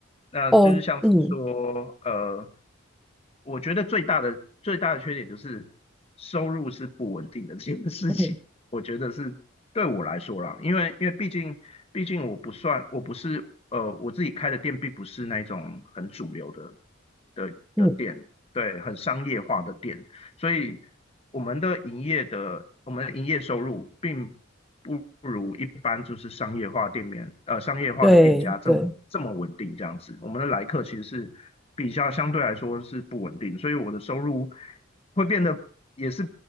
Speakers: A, on the left; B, in the centre.
A: 那就是像是说，
B: 哦，嗯
A: 呃，我觉得最大的最大的缺点就是收入是不稳定的这件事情，
B: 嗯
A: 我觉得是对我来说啦，因为因为毕竟毕竟我不算我不是呃我自己开的店并不是那种很主流的的的店，
B: 嗯，
A: 对，很商业化的店，所以我们的营业的我们的营业收入并不如一般就是商业化店面呃商业化的店家这么这么稳定这样子。
B: 对对。
A: 我们的来客其实是比较相对来说是不稳定，所以我的收入会变得也是